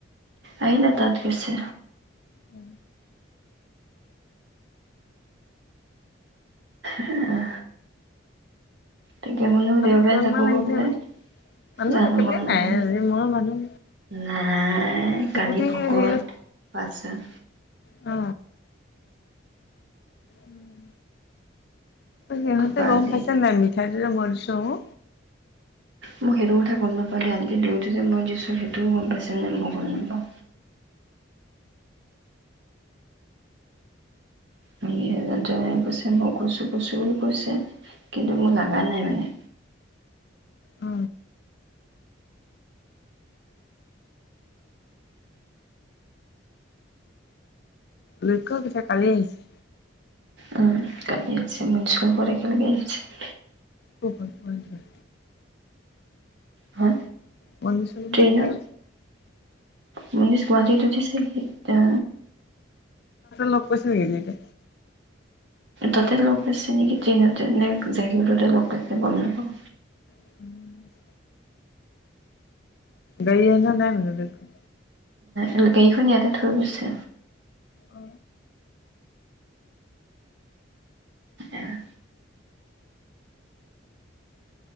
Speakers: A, on the right; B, on the left.
A: আহিলে, তাত গৈছে।
B: উম
A: হে অ তেতিয়া মানো
B: মানুহ
A: দেওবাৰে
B: কিমান
A: যাব
B: মান আহিছে
A: গৈ বোলে।
B: বা মানুহ
A: জানো
B: একেবাৰে
A: গম নাপাওঁ।
B: নাই আজি মই মানুহ
A: নাই
B: চুকুটি
A: কালি ভকত
B: হেৰি
A: পাঁচজন।
B: অ উম সিহঁতে
A: তাৰপৰা
B: গম
A: আজি
B: পাইছে নাই, মিঠাই হ বছ <unintelligible>
A: মই সেইটো কথা গম নাপালে আনটি, দৈ টো যে মই দিছো সেইটোও গম পাইছে নে মই গম নাপাওঁ। কৈছে মই কৈছো কৈছো বুলি কৈছে, কিন্তু মোৰ লাগা নাই মানে।
B: অ লক্ষ্য কেতিয়া কালি আহিছিল
A: উম <unintelligible> একেলগে আহিছে বোলে
B: অ য <unintelligible>
A: হা
B: বন চন বনাই
A: ট্ৰেইনত
B: কিনে
A: মনীষ গুৱাহাটীত উঠিছিল এতিয়া
B: লগ পাইছে নেকি সিহঁতে?
A: তাতে লগ পাইছে নেকি ট্ৰেইনতে, নে জাগীৰোডতে লগ পাইছে গম নাপাওঁ।
B: দুইটাই গৈ এ <unintelligible> নাই মানে নেদেখোঁ।
A: উ গাড়ীখন ইয়াতে থৈ গৈছে।
B: অ
A: এয়া